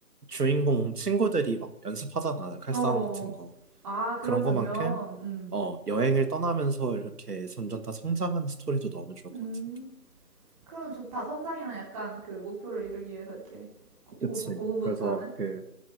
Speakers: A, on the right; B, on the right.
A: 주인공 친구들이 막 연습하잖아, 칼싸움
B: 어어아
A: 같은 거.
B: 그런
A: 그런
B: 장면
A: 것만큼 어, 여행을 떠나면서 이렇게 점점 다 성장하는 스토리도 너무 좋을
B: 음음
A: 것 같은데.
B: 그럼 좋다 성장이랑 약간 그 목표를 이루기 위해서 이렇게 고-
A: 그치.
B: 고분- 고군분투하는
A: 그래서 그